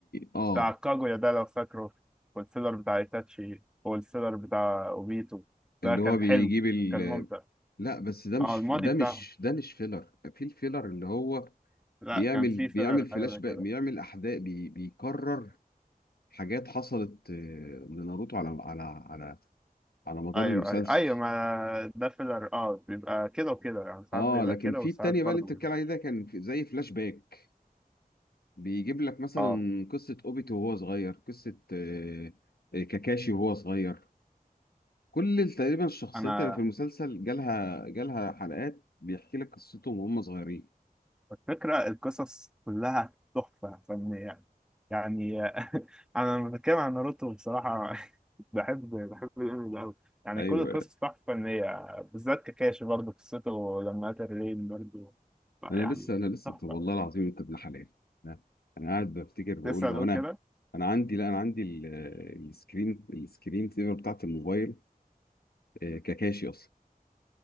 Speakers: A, on the left (about 80°); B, in the centre.
A: اه
B: بتاع كاجويا ده لو فاكره والفيلر بتاع ايتاتشي والفيلر بتاع اوبيتو ده
A: اللي
B: كان
A: هو بيجيب
B: حلو
A: ال-
B: كان ممتع
A: لا بس ده مش
B: اه الماضي
A: ده
B: بتاعهم
A: مش ده مش فيلر في الفيلر اللي هو
B: لا
A: بيعمل
B: كان في
A: بيعمل
B: فيلر
A: فلاش
B: حاجة زي كده
A: باك بيعمل احداث بي بيكرر حاجات حصلت آه، لناروتو على على على على مدار
B: ايوه
A: المسلسل
B: ايوه ايوه ما ده فيلر اه بيبقى كده وكده يعني ساعات
A: اه
B: بيبقى
A: لكن
B: كده
A: في
B: وساعات
A: التانية
B: برضه
A: بقى اللي انت
B: بيبقى
A: بتتكلم عليه
B: كده
A: ده كان في- زي فلاش باك بيجيب لك مثلا
B: اه
A: قصة اوبيتو وهو صغير قصة آه، آه، كاكاشي وهو صغير كل ال- تقريبا الشخصيات
B: انا
A: اللي في المسلسل جالها جالها حلقات بيحكي لك قصتهم وهم صغيرين
B: الفكرة القصص كلها تحفة فنية يعني <laughs> أنا لما بتكلم عن ناروتو بصراحة <laughs> بحب بحب الأنمي ده أوي يعني
A: ايوه
B: كل القصص تحفة فنية بالذات كاكاشي برضه قصته لما قتل رين برضه يعني
A: انا لسه انا لسه
B: تحفة
A: طب والله العظيم انت ابن حلال انا أنا قاعد بفتكر بقول
B: لسه
A: هو
B: هتقول
A: انا
B: كده
A: انا عندي لا انا عندي ال- السكرين السكرين سيفر بتاعت الموبايل آه، ككاشي اصلا